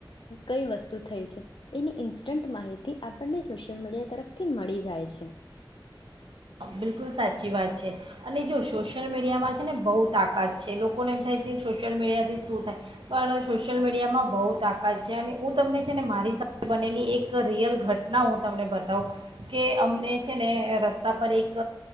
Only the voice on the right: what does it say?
બિલકુલ સાચી વાત છે અને જો સોશિયલ મીડિયામાં છે ને બહુ તાકાત છે લોકોને એમ થાય છે સોશિયલ મીડિયાથી શું થાય પણ સોશિયલ મીડિયામાં બહુ તાકાત છે અને હું તમને છે ને મારી સાથે બનેલી એક રિયલ ઘટના હું તમને બતાવું કે અમને છે ને અ રસ્તા પર એક એક